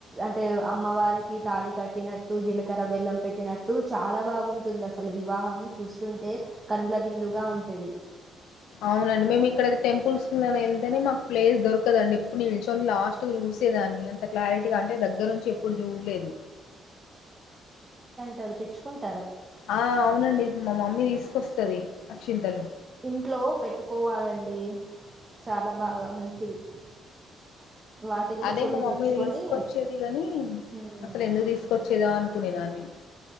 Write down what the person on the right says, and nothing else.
అంటే. అమ్మవారికి తాళి కట్టినట్టు. జీలకర్ర, బెల్లం పెట్టినట్ చాలా బాగుంటుంది. అసలు వివాహం చూస్తుంటే కండ్ల విందుగా ఉంటది.
తరు తెచ్చుకుంట్
ఇంట్లో పెట్టుకోవాలండి. చాలా బాగా మంచిది. వాటిని
కొన్ని
తెచ్చుకొని
హ్మ్